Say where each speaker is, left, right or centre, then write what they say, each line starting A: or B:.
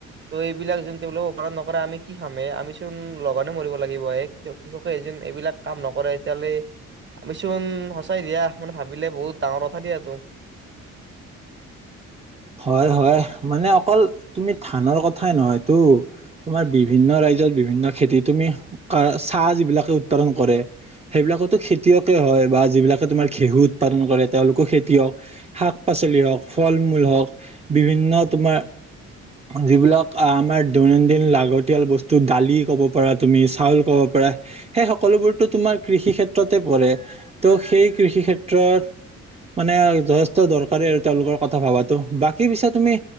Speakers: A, on the right; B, on the right.
A: ত' এইবিলাক যোন তেওঁলোকক উৎপাদন নকৰে আমি কি খামেই আমি চোন লঘোনে মৰিব লাগিব এ কৃষকে যেন এইবিলাক কাম নকৰে এতিয়াহলে আমি চোন সঁচাই দিয়া মানে ভাবিলে বহুত ডাঙৰ কথা দিয়া এইতো
B: হয় হয় মানে অকল তুমি ধানৰ কথাই নহয়টো তোমাৰ বিভিন্ন ৰাজ্যৰ বিভিন্ন খেতি তুমি চাহ যিবিলাকে উৎপাদন কৰে সেইবিলাকতো খেতিয়কে হয় বা যিবিলাকে তোমাৰ ঘেঁহু উৎপাদন কৰে তেওঁলোকো খেতিয়ক শাক পাচলি হওক ফল মূল হওক বিভিন্ন তোমাৰ যিবিলাক আমাৰ দৈনন্দিন লাগতিয়াল বস্তু দালি ক'ব পৰা তুমি চাউল কব পাৰা সেই সকলোবোৰতো তোমাৰ কৃষি ক্ষেত্ৰতে পৰে ত সেই কৃষি ক্ষেত্ৰত মানে যথেষ্ট দৰকাৰী আৰু তেওঁলোকৰ কথা ভাবাটো বাকী পিছে তুমি